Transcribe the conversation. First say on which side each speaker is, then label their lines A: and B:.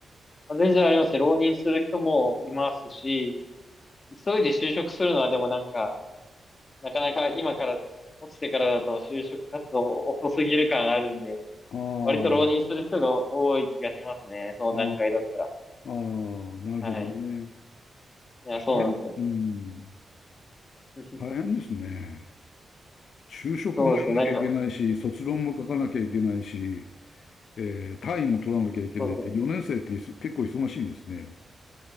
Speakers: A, on the left (about 30°); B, on the left (about 65°).
A: 全然ありますね。浪人する人もいますし、急いで就職するのはでもなんか、なかなか今から、落ちてからだと就職活動遅すぎる感あるんで、
B: ああ、
A: 割と浪人する人が多い気がしますね。その段階だったら。
B: ああ、ああ、なるほどね。
A: はい。いや、
B: 大変、
A: そうなんですよ。
B: うん、
A: <laughs>
B: 大変ですね。就職もやんなきゃいけないし、
A: そうですね。なんか、
B: 卒論も書かなきゃいけないし、えー単位も取らなきゃいけないって、
A: そうですね。
B: 4年生っていそ結構忙しいんですね。